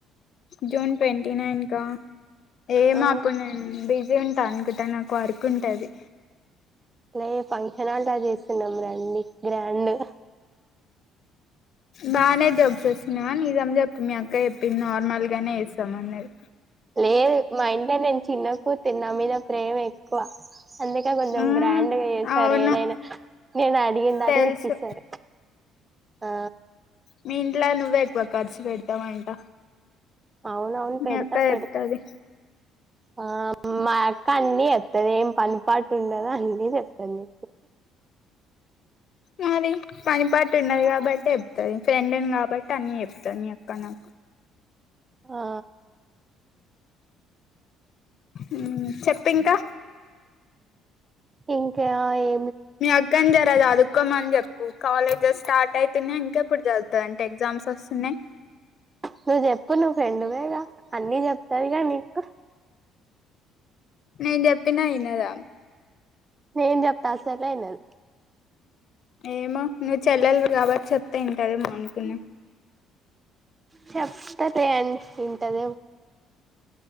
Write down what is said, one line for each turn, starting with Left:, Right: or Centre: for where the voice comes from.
Left: జూన్ ట్వంటీ నైన్ కా ఏమో
Right: ఆ
Left: అప్పుడు నేను బిజ్ గా ఉంటా అనుకుంటా నాకు వర్క్ ఉంటది
Right: లే ఫంక్షన్ హాల్ తావ చేసుకుందాం రండి గ్రాండ్ గా
Left: బాగానే జోక్స్ ఏస్తున్నావ్ గాని నీజం చెప్పు మీ అక్క చెప్పింది నార్మల్ గానే చేస్తాం అన్నది
Right: లేదు మా ఇంట్లో నేను చిన్న క్కు తిన్న మీద ప్రేమ ఎక్కువ అందుక కొంచెం
Left: మ్మ్
Right: గ్రాండ్గా చేసారు
Left: అవును
Right: ఏదైనా నేను అడిగిందల్లా
Left: తెలుసు
Right: ఇప్పిస్తారు ఆ
Left: మీ ఇంట్లో నువ్వే ఎక్కువ ఖర్చు పెడతావంట
Right: అవునవున్
Left: మీ
Right: పెడతా
Left: అక్క
Right: పెడత
Left: చెప్తది
Right: ఆ మా అక్క అన్ని చెప్తది ఏం పని పాటు ఉండదు అన్ని చెబుతుంది
Left: మరి పనిపాటు ఉన్నది కాబట్టి చెప్తది ఫ్రెండ్ నీ కాబట్టి అన్ని చెప్తది మీ అ కనక్
Right: ఆ
Left: ఉమ్ చెప్పు ఇంకా
Right: ఇంకా ఏ
Left: మీ అక్కని జరజదుకోమ్మని చెప్పు కాలేజెస్ స్టార్ట్ అయితున్నయ్ ఇంకా ఇప్పుడు చదువుతదంట ఎగ్జామ్స్ వస్తున్నాయి
Right: నువ్వు చెప్పు నువ్వు ఫ్రెండ్వేగా అన్నీ చెప్తది గా నీకు
Left: నేన్ చెప్పిన ఈనదు ఆమె
Right: నేను చెప్పినా సరే ఈనదు
Left: ఏమో నువ్వు చెల్లెలివి కాబట్టి చెప్తే వింటాదేమో అనుకున్నా
Right: చెప్తాతీయండి వింటదేమో